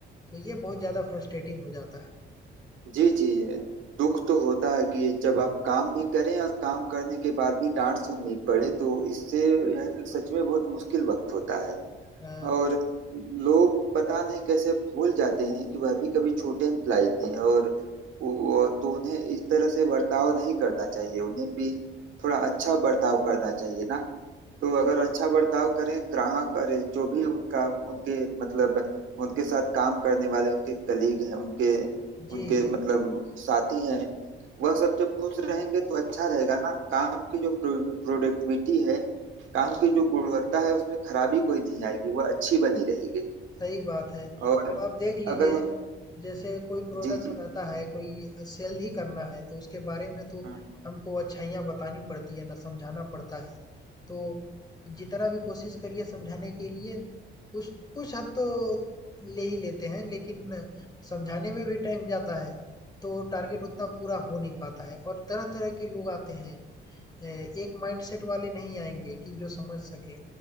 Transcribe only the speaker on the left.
तो ये बहुत ज़्यादा फ्रस्ट्रेटिंग हो जाता है।
अ,
जी,
जी।
सही बात है।
अब आप देख लीजिए,
जैसे कोई प्रोडक्ट
रहता है, कोई सेल ही करना है, तो उसके बारे में तो
हमको अच्छाइयाँ बतानी पड़ती है ना समझाना पड़ता है। तो जितना भी कोशिश करिए समझाने के लिए, कुछ कुछ हद तो ले ही लेते हैं, लेकिन समझाने में भी टाइम जाता है, तो टारगेट उतना पूरा हो नहीं पाता है और तरह-तरह के लोग आते हैं। अ, एक माइंडसेट वाले नहीं आएँगे कि जो समझ सकें।